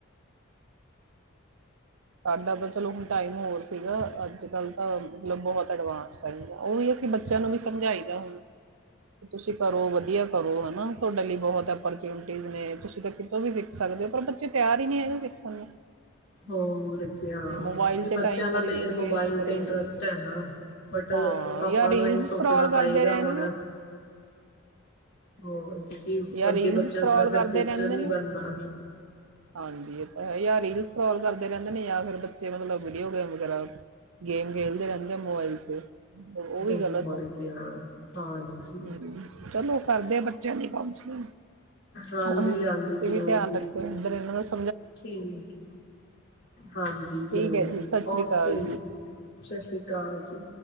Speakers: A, on the right; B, on the left.
A: ਸਾਡਾ ਤਾਂ ਚਲੋ ਹੁਣ ਟਾਈਮ ਹੋਰ ਸੀਗਾ ਅੱਜ ਕੱਲ ਤਾਂ ਮਤਲਬ ਬਹੁਤ ਅਡਵਾਂਸ ਟਾਈਮ ਹੈ ਉਹ ਵੀ ਅਸੀਂ ਬੱਚਿਆਂ ਨੂੰ ਵੀ ਸਮਝਾਈ ਦਾ ਹੁਣ ਤੁਸੀਂ ਕਰੋ ਵਧੀਆ ਕਰੋ ਹਨਾ ਤੁਹਾਡੇ ਲਈ ਬਹੁਤ ਓਰਚੁਨਿਟੀਜ਼ ਨੇ ਤੁਸੀਂ ਤਾਂ ਕਿਤੋਂ ਵੀ ਸਿੱਖ ਸਕਦੇ ਹੋ ਪਰ ਬੱਚੇ ਤਿਆਰ ਹੀ ਨਹੀਂੀ ਹੈਗੇ ਸਿੱਖਣ ਨੂੰ
B: ਹੋਰ ਕ
A: ਮੋਬਾਈਲ
B: ਵੀ ਬੱਚਿਆਂ
A: ਤੇ ਟਾਈਮ
B: ਦਾ
A: ਕਰੀ
B: ਮੇਨ ਮੋਬਾਇਲ
A: ਵੇਸਟ ਕਰੀ
B: ਤੇ ਇੰਟਰਸਟ
A: ਜਾਂਦੇ ਨੇ।
B: ਹੈ ਨਾ ਬਟ
A: ਹਾਂ
B: ਆਪਾਂ
A: ਯਾ ਰੀਲਸ
B: ਨੂੰ ਇਹ ਸੋਚਣਾ
A: ਸਕਰੋਲ ਕਰਦੇ
B: ਪਏਗਾ
A: ਰਹਿਣਗੇ
B: ਹੁਣ ਹੋਰ ਕਿਉਂਕਿ
A: ਯ
B: ਅੱਗੇ
A: ਰੀਲ
B: ਬੱਚਿਆਂ
A: ਸਕੋਲ
B: ਦਾ ਫਿਰ
A: ਕਰਦੇ
B: ਫਿਊਚਰ
A: ਰਹਿੰਦੇ
B: ਨੀ
A: ਨੇ
B: ਬਣਨਾ
A: ਹਾਂਜੀ ਇਹ ਤਾਂ ਹੈ ਯ ਰੀਲ ੋਲ ਕਰਦੇ ਰਹਿੰਦੇ ਨੇ ਜਾਂ ਫਿਰ ਬੱਚੇ ਮਤਲਬ ਵੀਡੀਓ ਗੇਮ ਵਗੈਰਾ ਗੇਮ ਖੇਲਦੇ ਰਹਿੰਦੇ ਆ ਮੋਬਾਇਲ ਤੇ ਉਹ
B: ਦ
A: ਵੀ ਗਲਤ
B: ਮਰਕੇ
A: ਹੈ
B: ਆ ਹਾਂਜੀ
A: ਹਮ, ਚਲੋ ਕਰਦੇ ਆ ਬੱਚਿਆਂ ਦੀ ਹ
B: ਹਾਂਜੀ,
A: ਹਾਂ
B: ਹਾਂਜੀ
A: ਤੁਸੀਂ
B: ਜ਼ਰੂਰ
A: ਵੀ ਧਿਆਨ
B: ਜੀ
A: ਰੱਖੇ ਹੋ <unintelligible>
B: ਠੀਕ ਹਾਂਜੀ ਜ਼ਰੂਰ
A: ਠੀਕ ਹੈ ਜੀ ਸਤਿ ਸ਼੍ਰੀ
B: ਓਕੇ
A: ਅਕਾਲ
B: ਜੀ ਸਤਿ ਸ੍ਰੀ ਅਕਾਲ ਜੀ